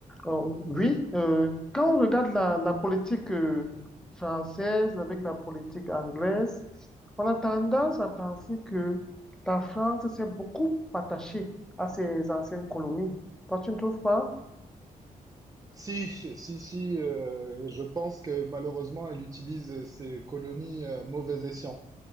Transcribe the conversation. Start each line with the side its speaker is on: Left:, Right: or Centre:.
Centre: Oh, oui, euh, quand on regarde la, la politique euh, française avec la politique anglaise, on a tendance à penser que la France s'est beaucoup attachée à ses anciennes colonies. Toi, tu ne trouves pas?
Right: Si, si, si, euh, et je pense que malheureusement, elle utilise ses colonies à mauvais escient,